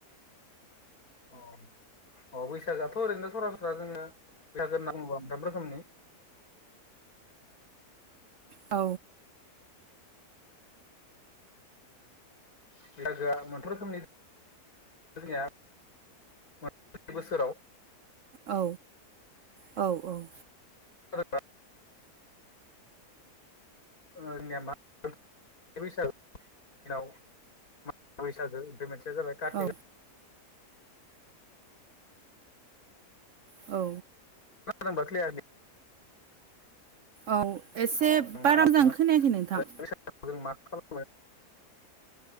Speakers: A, on the left (about 65°); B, on the right (about 65°).
A: अ अ बैसागोआथ' ओरैनो सरासनस्रा जोङो बैसागो होनना बुंङोबा मोनथाम रोखोमनि
B: औ
A: <unintelligible> आ <unintelligible> रोखोमनि जोंनिया मोन बोसोराव
B: औ औ औ।
A: <unintelligible> मा <unintelligible> <unintelligible> <unintelligible> बैसागो ओमफाय मोनसेया जाबाय काति
B: औ औ।
A: <unintelligible>
B: औ एसे
A: अ जों मा
B: बारा
A: होनना
B: मोजां
A: बुङो
B: खोनायाखै नोंथां।
A: <unintelligible> मा खालाम